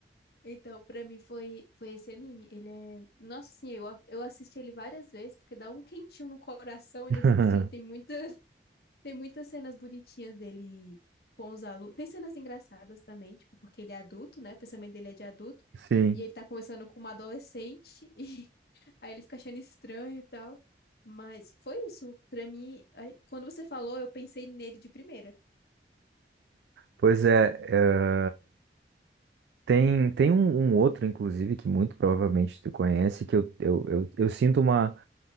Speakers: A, on the left; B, on the right.
A: Então, pra mim foi foi esse anime. Ele é, nossa, sim, eu a- eu assisti ele várias vezes porque dá um quentinho no coração
B: <laughs>
A: de assistir. Tem muita tem muitas cenas bonitinhas dele com os alunos. Tem cenas engraçadas também, tipo, porque ele é adulto, né? O pensamento dele é de adulto.
B: Sim.
A: E ele tá conversando com uma adolescente, <laughs> e aí ele fica achando estranho e tal. Mas foi isso. Pra mim, aí, quando você falou, eu pensei nele de primeira.
B: Pois é, é, tem, tem um, um outro, inclusive, que muito provavelmente tu conhece, que eu, eu, eu, eu sinto uma,